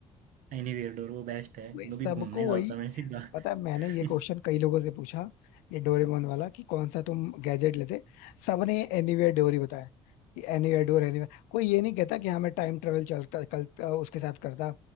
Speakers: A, on the right; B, on the left.
A: एनीवेयर डोर वो बेस्ट है
B: वही सबको
A: कभी घूमने जाता
B: वही
A: मैं सीधा
B: पता है मैंने ये
A: <laughs>
B: क्वेश्चन कई लोगों से पूछा ये डोरेमोन वाला कि कौन सा तुम गैजेट लेते सबने एनीवेयर डोर ही बताया कि एनीवेयर डोर एनीवेयर कोई ये नहीं कहता कि हमें टाइम ट्रेवल चलता कल अ, उसके साथ करता